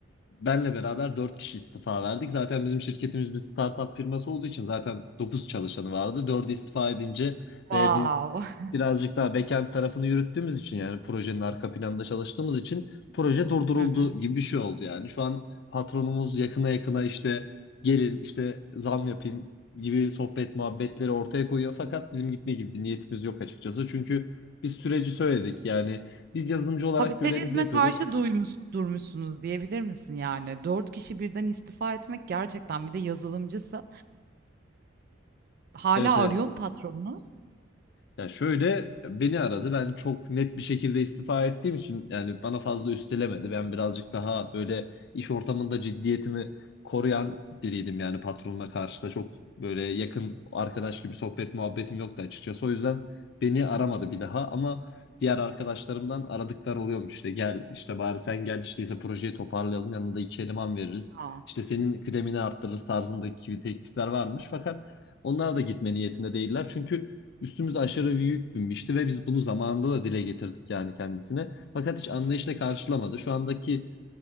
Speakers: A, on the left (about 55°); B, on the right (about 50°).
A: benle beraber 4 kişi istifa verdik. Zaten bizim şirketimiz bir startup firması olduğu için zaten 9 çalışanı vardı. 4'ü istifa edince
B: Wow.
A: ve biz
B: <laughs>
A: birazcık daha backend tarafını yürüttüğümüz için yani projenin arka planında çalıştığımız için proje durduruldu
B: Hı hı.
A: gibi bir şey oldu yani. Şu an patronumuz yakına yakına işte gelin işte zam yapayım gibi sohbet muhabbetleri ortaya koyuyor. Fakat bizim gitme gibi bir niyetimiz yok açıkçası. Çünkü biz süreci söyledik yani biz yazılımcı olarak
B: Kapitalizme
A: görevimizi yapıyorduk.
B: karşı duymuş durmuşsunuz diyebilir misin yani? 4 kişi birden istifa etmek gerçekten bir de yazılımcısın. hala
A: Evet evet
B: arıyor mu patronunuz?
A: Ya şöyle beni aradı. Ben çok net bir şekilde istifa ettiğim için yani bana fazla üstelemedi. Ben birazcık daha böyle iş ortamında ciddiyetimi koruyan biriydim yani patronuma karşı da çok böyle yakın arkadaş gibi sohbet muhabbetim yoktu açıkçası. O yüzden beni aramadı bir daha ama diğer arkadaşlarımdan aradıklar oluyormuş işte gel işte bari sen gel işte ise projeyi toparlayalım yanına da iki eleman veririz.
B: A!
A: İşte senin kıdemini arttırırız tarzındaki teklifler varmış fakat onlar da gitme niyetinde değiller çünkü Üstümüze aşırı bir yük binmişti ve biz bunu zamanında da dile getirdik yani kendisine. Fakat hiç anlayışla karşılamadı. Şu andaki